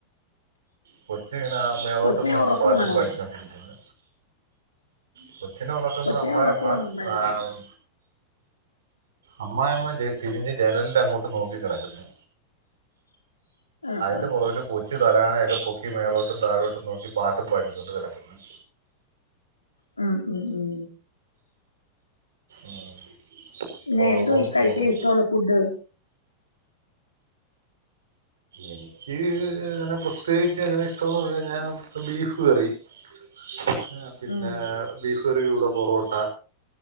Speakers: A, on the right (about 65°); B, on the left (about 80°).
A: കൊച്ച് ഇങ്ങനെ മേലോട്ടും
B: കൊച്ചിനെ
A: നോക്കി
B: ഉറക്കുവാണോ
A: പട്ടുംപാടി കൊണ്ടിരിക്കുന്ന കൊച്ചിനെ ഉറക്കുന്നത്
B: കൊച്ചിനെ
A: അമ്മായിഅമ്മ
B: ഉറക്കുവാണോ അമ്മായിമ്മ
A: ആഹ് അമ്മായിമ്മ ദേ തിരിഞ്ഞ് ജനലിന്റെ അങ്ങോട്ട് നോക്കി കിടക്കുന്ന്
B: <inaudible>
A: അതിന്റെ
B: ആഹ്
A: പുറകില് കൊച്ച് തലണയൊക്കെ പൊക്കി മേളോട്ടും താഴോട്ടും നോക്കി പാട്ടും പാടിക്കൊണ്ട് കിടക്ക്ന്ന്
B: ഉം ഉം ഉം
A: ഉം ഇപ്പൊ
B: പിന്നെ
A: ഉറങ്ങുവെന്ന്
B: എന്തോ കഴിക്കാൻ
A: തോന്നുന്നു
B: ഇഷ്ടുള്ള ഫുഡ്
A: എനിക്ക് അങ്ങനെ പ്രത്യേകിച്ച് അങ്ങനെ ഇഷ്ട്ടന്ന് പറഞ്ഞ്കഴിഞ്ഞ ബീഫ് കറി പിന്നെ പിന്നെ
B: ഉം
A: ബീഫ് കറയിടെകൂടെ പൊറോട്ട